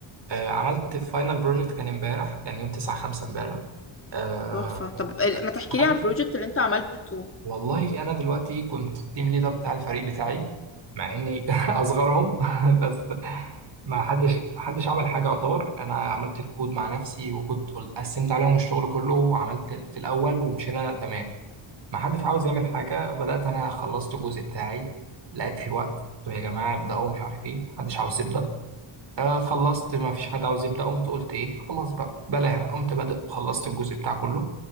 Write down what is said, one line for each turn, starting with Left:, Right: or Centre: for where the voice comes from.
Right: آه، عملت فاينل بروجكت كان امبارح كان يوم 9 5 امبارح آه،
Left: تحفه طب ال-
Right: ده
Left: ما تحكي لي
Right: عملت
Left: عن البروجكت اللي انت عملته
Right: والله انا دلوقتي كنت التيم ليدر بتاع الفريق بتاعي مع اني <laughs> اصغرهم <laughs> بس ما حدش حدش عمل حاجه يعتبر انا عملت الكود مع نفسي وكنت قل- قسمت عليهم الشغل كله وعملت ال- في الاول ومشينا تمام ما حدش عاوز يعمل حاجة بدأت أنا خلصت الجزء بتاعي لقيت في وقت قلت يا جماعة ابدأوا مش عارف إيه محدش عاوز يبدأ آه خلصت ما فيش حد عاوز يبدأ قمت قلت إيه خلاص بقى بلاها قمت بدأ وخلصت الجزء بتاع كله